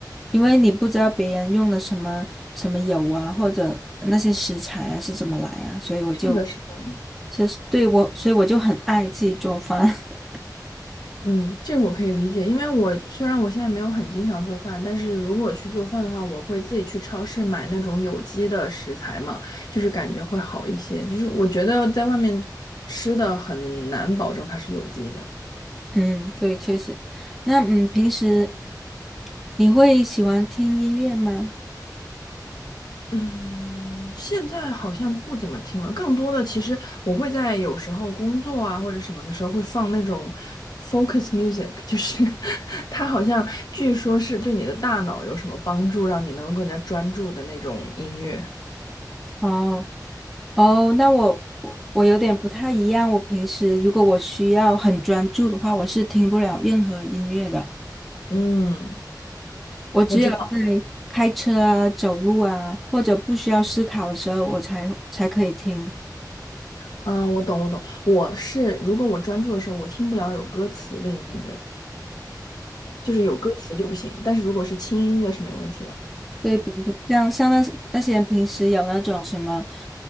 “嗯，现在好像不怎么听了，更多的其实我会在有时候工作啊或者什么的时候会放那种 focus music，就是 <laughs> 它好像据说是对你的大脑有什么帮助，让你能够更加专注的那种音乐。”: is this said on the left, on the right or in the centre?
Left